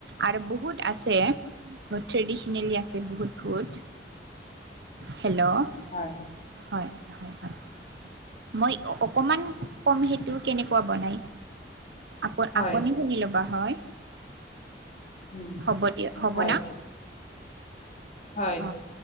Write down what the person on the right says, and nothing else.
আৰু বহুত আছে বহুত ট্ৰেডিচনেলি আছে বহুত ফুড
হেল্ল'!
হয়-হয়-হয় মই অকমান কম সেইটো কেনেকুৱা বনাই? আপু
আপুনি শুনি ল'বা হয়।
হ'ব দিয়া, হ'ব
না?
অ